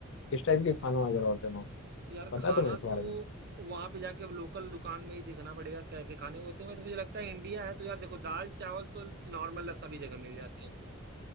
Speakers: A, on the left (about 65°); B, on the right (about 50°).
A: किस टाइप के खाना वगैरह होते हैं वहाँ पे?
B: यार खाना
A: पता है तुम्हें इस बारे
B: तो
A: में
B: वहां पे जाके अब लोकल दुकान में ही देखना पड़ेगा कैसे खाने होते हैं वैसे मुझे लगता है इंडिया है तो यार देखो दाल चावल तो नॉर्मल है, सभी जगह मिल जाते हैं